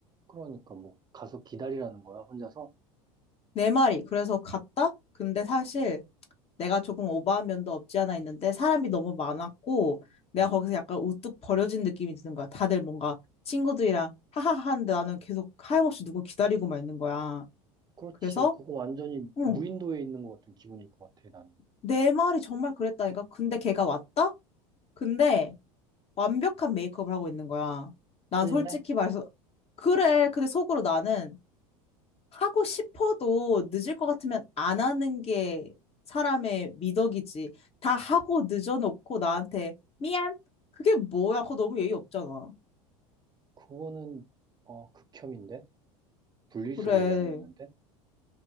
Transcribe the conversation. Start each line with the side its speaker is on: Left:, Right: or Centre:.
Right: 그러니까 뭐, 가서 기다리라는 거야, 혼자서?
Left: 내 말이. 그래서 갔다? 근데 사실 내가 조금 오버한 면도 없지 않아 있는데 사람이 너무 많았고 내가
Right: 응.
Left: 거기서 약간 우뚝 버려진 느낌이 드는 거야. 다들 뭔가 친구들이랑 하하하 하는데 나는 계속 하염없이 누굴 기다리고만 있는 거야.
Right: 그렇지.
Left: 그래서
Right: 그거 완전히
Left: 응,
Right: 무인도에 있는 것 같은 기분일 것 같아, 나는.
Left: 내 말이 정말 그랬다니까. 근데 걔가 왔다? 근데 완벽한 메이크업을 하고 있는 거야. 난
Right: 풀매
Left: 솔직히 말해서 그래. 근데 속으로 나는 하고 싶어도 늦을 것 같으면 안 하는 게 사람의 미덕이지. 다 하고 늦어놓고 나한테 미안. 그게 뭐야? 그거 너무 예의 없잖아.
Right: 그거는, 어, 극혐인데? 분리수거
Left: 그래.
Right: 해야겠는데?